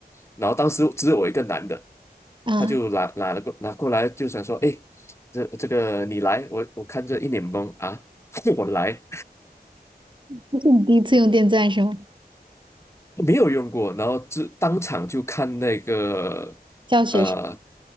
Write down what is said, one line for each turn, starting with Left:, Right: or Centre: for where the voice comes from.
Left: 然后当时只有我一个男的，
Right: 啊，
Left: 他就拿拿了过拿过来，
Right: <laughs>
Left: 就想说，哎，这这个你来，我我看着一脸懵啊，<laughs> 我来
Right: 这是你第一次用电钻是吗？
Left: 没有用过，然后就当场就看那个
Right: 教学是？
Left: 呃，